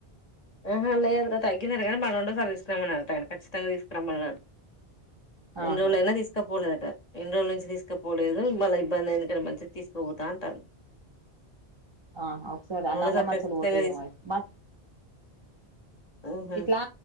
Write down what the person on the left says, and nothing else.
ఆహా లేదు తగ్గంది కానీ మనండ సర్దివికున్నాామన్నారు తగని ఖచ్చితంగా తీసుకురాం మ ఇన్ని
రోజులు అయినా తీసుకపోలే ఇన్ని రోజుల నుంచి తీసుకుపోలేదు మళ్ళ ఇబ్బంది అయింది కంట మంచిగా తీసుకోపోతా అంటారు
రెండోసారి
ఖచ్చితంగా
తీసుకు
ఊహు